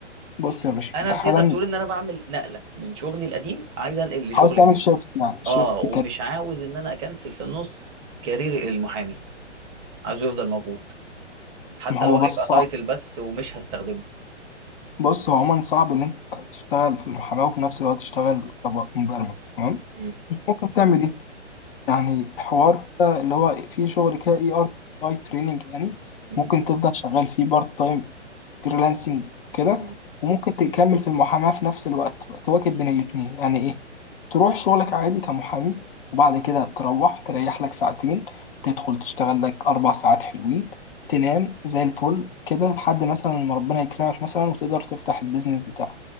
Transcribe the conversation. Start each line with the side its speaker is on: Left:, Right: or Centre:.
Left: بص يا باشا
Right: انا
Left: أنت
Right: بتقدر
Left: حالا
Right: تقول ان انا بعمل نقله من شغلي القديم عايز انقل لشغل
Left: عاوز تعمل
Right: جديد
Left: شيفت يعني شيفت
Right: اه ومش
Left: كارير
Right: عاوز ان انا اكنسل في النص كارير المحامي عايزه يفضل موجود حتى
Left: ما هو
Right: لو
Left: بس
Right: هيبقى
Left: صعب
Right: تايتل بس ومش هستخدمه
Left: بص هو عموما صعب إن أنت تشتغل في المحاماة وفي نفس الوقت تشتغل كمبرمج تمام
Right: مم.
Left: أنت ممكن تعمل إيه؟ يعني حوار كده اللي هو في شغل كده اي ار اي تريننج يعني
Right: مم.
Left: ممكن تفضل شغال فيه بارت تايم فريلانسنج كده
Right: مم.
Left: وممكن تكمل في المحاماة في نفس الوقت تبقى تواكب بين الاتنين يعني ايه تروح شغلك عادي كمحامي وبعد كده تروح تريح لك ساعتين تدخل تشتغل لك أربع ساعات حلوين تنام زي الفل كده لحد مثلا ما ربنا يكرمك مثلا وتقدر تفتح البيزنس بتاعك